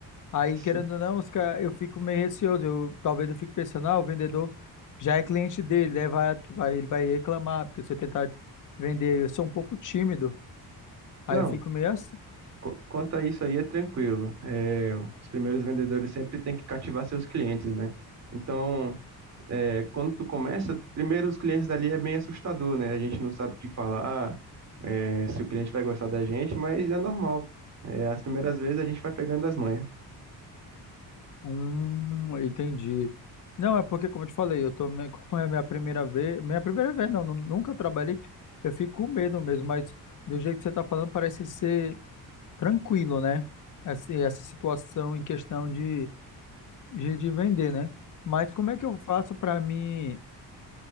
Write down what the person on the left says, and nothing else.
Aí,
querendo ou não, os cara, eu fico meio receoso. Eu, talvez eu fique pensando, ah, o vendedor já é cliente dele, né? Vai, vai, ele vai reclamar, porque se eu tentar vender, eu sou um pouco tímido. Aí
eu fico meio assim.
Hum, entendi. Não, é porque, como eu te falei, eu tô meio, como é a minha primeira vez, minha primeira vez não, nu- nunca trabalhei, eu fico com medo mesmo, mas do jeito que você tá falando parece ser tranquilo, né? Essa, essa situação em questão de, de, de vender, né? Mas como é que eu faço para mim,